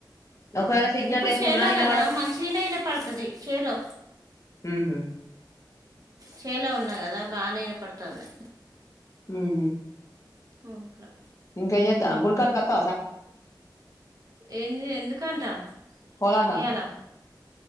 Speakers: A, on the left; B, on the right.
A: ఒకవేళ సిగ్నల్
B: ఇప్పుడు
A: లేకున్నా
B: సేలో
A: ఇనబడ
B: కదా మంచిగనే ఇనపడతది సేలో
A: ఊహు
B: చేలో ఉన్నా గదా బానే ఇనపడతంది
A: ఊహు
B: అవుట్లా
A: ఏం జేత్తా గుంటగారాగాక్
B: ఏమ్ జే ఎందుకంట
A: కోలాటం
B: ఇయ్యాల